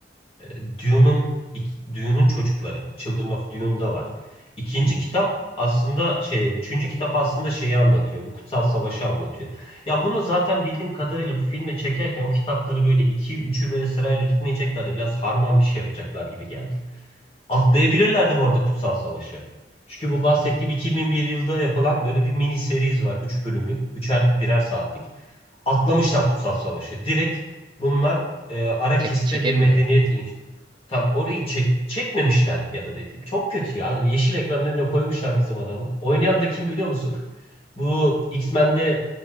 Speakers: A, on the left; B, on the right.
A: E, Dune'un ik- Dune'un çocukları. Children of Dune'da var. İkinci
B: Hmm.
A: kitap aslında şey, üçüncü kitap aslında şeyi anlatıyor. Bu kutsal savaşı anlatıyor. Ya bunu zaten bildiğim kadarıyla bu filme çekerken o kitapları böyle iki, üçü böyle sırayla gitmeyecekler de biraz harman bir şey yapacaklar gibi geldi. Atlayabilirlerdi bu arada Kutsal Savaş'ı. Çünkü bu bahsettiğim 2001 yılda yapılan böyle bir mini seriz var. üç bölümlük, üçer birer saatlik. Atlamışlar Kutsal Savaş'ı. Direkt bunlar e, Arakis'te
B: Çek, çekemiyorlar.
A: bir medeniyet
B: değil mi?
A: inşa Tabii orayı
B: Hmm.
A: çek, çekmemişler ya da dediğim. Çok kötü ya. Yeşil ekranın önüne koymuşlar bizim adamı. Oynayan da kim biliyor musun? Bu X-Men'de